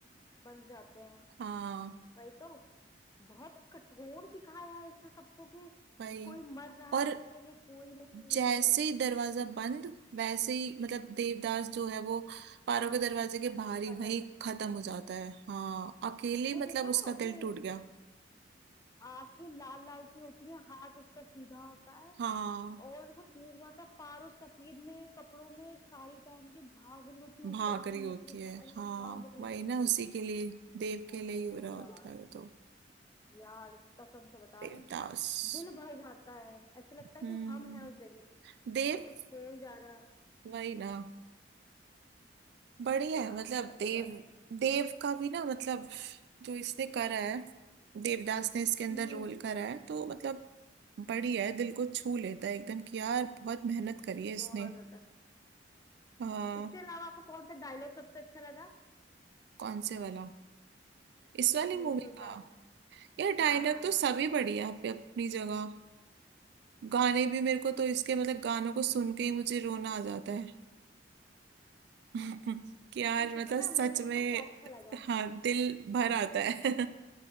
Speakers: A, on the left (about 20°); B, on the right (about 65°).
A: बंद जाते हैं
B: हाँ
A: वही तो बहुत ही कठोर दिखाया है इसमें सबको कि
B: भाई
A: कोई मर रहा
B: और
A: है उसके लिए कोई नहीं
B: जैसे ही दरवाजा बंद वैसे ही मतलब देवदास जो है वो पारो के दरवाजे के बाहर
A: मर
B: ही वहीं
A: रहा है।
B: खत्म हो जाता है हाँ अकेली
A: वो
B: मतलब
A: देखा था
B: उसका दिल
A: कि
B: टूट गया
A: आंखें लाल लाल सी होती है हाथ उसका सीधा होता है
B: हाँ
A: और वो देख रहा था पारो सफेद में कपड़ों में साड़ी पहन के भाग रही होती है ऊपर
B: भाग रही
A: से
B: होती
A: नीचे
B: है
A: भाग
B: हाँ
A: रही भाग रही
B: वही
A: है
B: ना उसी के लिए देव
A: ओहो
B: के लिए ही हो रहा होता
A: यार
B: है वो तो
A: यार कसम से बता
B: देवदास
A: रहे हैं दिल भर जाता है ऐसे लगता
B: हम्म
A: है कि हम हैं उस जगह पे
B: देव
A: और कुछ हो ही जा रहा है
B: वही ना बढ़िया
A: यार
B: है मतलब
A: दर्द
B: देव
A: हो जाता है
B: देव का भी ना मतलब जो इसने करा है देवदास ने इसके अंदर
A: हम्म
B: रोल करा है तो मतलब बढ़िया है दिल को छू लेता है एकदम कि यार बहुत मेहनत करी है इसने
A: बहुत ज्यादा
B: आ,
A: इसके अलावा आपको कौन सा डायलॉग सबसे अच्छा लगा
B: कौन से वाला इस वाली
A: ये
B: मूवी
A: देवदास
B: का
A: में
B: यार डायलॉग
A: हाँ हाँ
B: तो
A: हाँ
B: सभी बढ़िया है अपनी अपनी जगह गाने भी
A: हम्म
B: मेरे को तो इसके मतलब गानों को सुन के ही मुझे रोना आ जाता है <laughs> कि यार
A: एक
B: मतलब
A: ही पता
B: सच
A: है मुझे पता
B: में
A: है क्या अच्छा लगा
B: हाँ दिल भर आता है